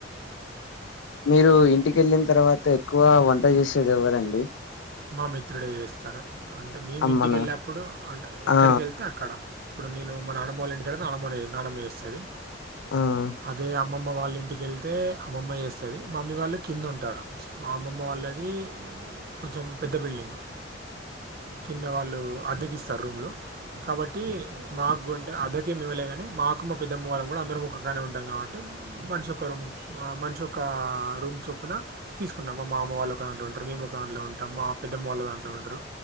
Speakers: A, on the left; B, on the right.
A: మీరు ఇంటికెళ్ళిన తర్వాత ఎక్కువ వంట చేసేది ఎవ్వరండి
B: మా మిత్రుడే చేస్తారు అంటే మేమి
A: అమ్మనా
B: ఇంటికి వెళ్ళప్పుడు అంటే ఎక్కడికి
A: ఆ
B: వెళ్తే అక్కడ ఇప్పుడు నేను మా ననమ్మ ఇంటికాడ నానమ్మ చేస్తాది
A: ఆ
B: అదే <inaudible> అమ్మమ్మ వాళ్ళ ఇంటికి వెళితే అమ్మమ్మ చేస్తుంది మా అమ్మీ వాళ్ళు కింద ఉంటారు మా అమ్మమ్మ వాళ్ళది కొంచెం పెద్ద బిల్డింగ్ కింద వాళ్ళు అద్దెకిస్తారు రూమ్లు కాబట్టి మాకుంటే అద్దెకేం ఇవ్వాలా కానీ మాకు మా పెద్దమ్మ వాళ్ళం కూడా అందరు ఒకకడని ఉంటాం కాబట్టి మనిషి ఒక రూమ్ మనిషి ఒక రూమ్ చొప్పున తీసుకుంనం మా మామ వాళ్ళు ఒకలో ఉంటారు మేము దాంట్లో ఉంటాం మా పెద్దమ్మ వాళ్ళు దాంట్లో ఉంటారు